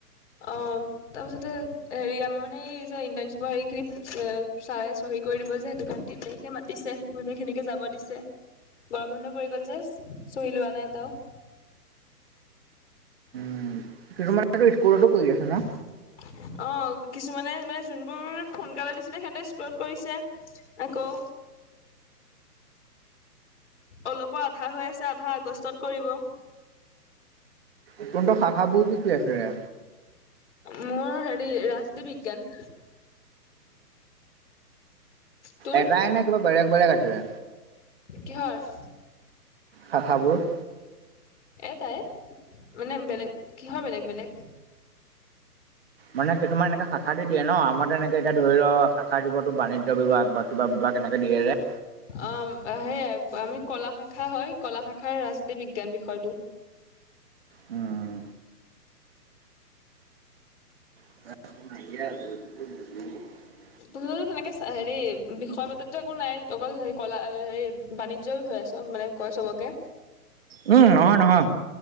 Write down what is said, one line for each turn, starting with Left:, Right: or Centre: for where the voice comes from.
Left: অ'হ। তাৰপিছতে হেৰি, আমাৰ মানে এই যে ইণ্টাৰ্ণশ্বিপৰ হেৰিখিনি এ চাৰে চহী কৰি দিব যে। সেইটো কাৰণে তিন তাৰিখে মাতিছে। গোটেই খিনিকে যাব দিছে। গৰম বন্ধ পৰি গল যে চহী লোৱা নাই এটাও
Right: <inaudible> কিছুমানেতো স্কুলতো কৰি আছে ন
Left: অ'হ। কিছুমানে মানে যোনবোৰ সোনকালে দিছিলে সিহঁতে স্কু - লত কৰিছে। আকৌ অলপৰ আধা হৈ আছে। আধা আগষ্টত কৰিব।
Right: তোহঁতৰ শাখাবোৰ কি কি আছিলে?
Left: মোৰ হেৰি, ৰাজনীতি বিজ্ঞান তোৰ
Right: এটাই নে কিবা বেলেগ বেলেগ আছিলে?
Left: কিহৰ?
Right: শাখাবোৰ?
Left: এটাই, মানে বেলে-কিহৰ বেলেগ বেলেগ?
Right: মানে কিছুমান এনেকে শাখা দি দিয়ে ন, আমাৰটো তেনেকে এতিয়া ধৰি ল শাখা দিব তোৰ বাণিজ্য বিভাগ কিবা বিভাগ এনেকৈ দিয়ে যে
Left: অ', হেৰি আমি কলা শাখা হয়, কলা শাখাৰ ৰাজনীতি বিজ্ঞান বিষয়টো।
Right: উম। <unintelligible>
Left: তোমালোক সেনেকে চা-হেৰি বিষয় মতেতো একো নাই, অকল হেৰি কলা-এই হেৰি বাণিজ্যই হৈ আছে-মানে কয় চবকে?
Right: উম, নহয় নহয়।